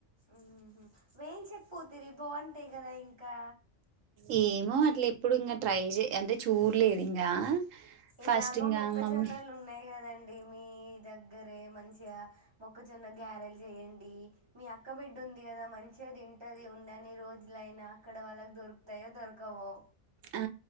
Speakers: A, on the right; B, on the right.
A: మ్మ్ హ్మ్ వేం చెప్ పూతిరి బాగుంటాయి కదా ఇంకా
B: ఏమో
A: రుచి
B: అట్ల ఎప్పుడు ఇంకా ట్రై చే అంటే చూడలేదు ఇంకా ఫస్ట్
A: ఇలాగో
B: ఇంకా
A: మొక్కజొన్నలు
B: మమ్మీ
A: ఉన్నాయి కదండి మీ దగ్గరే మంచిగా మొక్కజొన్న గ్యారెల్ చెయ్యండి. మీ అక్క బిడ్డ ఉంది కదా మంచిగాతింటది. ఉన్నని రోజులైనా అక్కడ వాళ్ళకి దొరుకుతాయో దొరకవో
B: ఆ